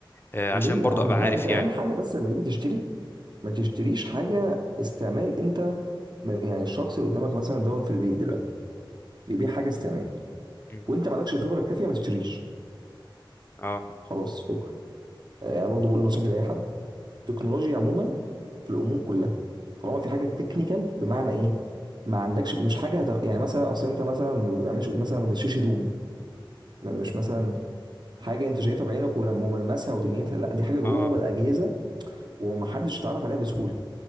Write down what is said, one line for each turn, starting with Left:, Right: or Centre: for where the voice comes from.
Left: آه، عشان
Right: ليه
Left: برضو
Right: يا عم
Left: ابقى
Right: لا
Left: عارف
Right: انت اهم
Left: يعني
Right: حاجه بس لما تيجي تشتري ما تشتريش حاجه استعمال انت م- يعني الشخص اللي قدامك مثلا دوت في البيت دلوقتي بيبيع حاجه استعمال
Left: مم.
Right: وانت ما عندكش الخبره الكافيه ما تشتريش
Left: اه
Right: خلاص شكرا آه، انا برضو بقول نصيحتي لاي حد التكنولوجيا عموما في الامور كلها طالما في حاجه تكنيكال بمعنى ايه ما عندكش مش حاجه هت... يعني مثلا اصل انت مثلا ما بيعملش مثلا ما بتشيش هدوم مش مثلا حاجه انت شايفها بعينك ولما وملمسها ودنيتها لا دي حاجه جوه
Left: اه
Right: الاجهزه ومحدش يتعرف عليها بسهوله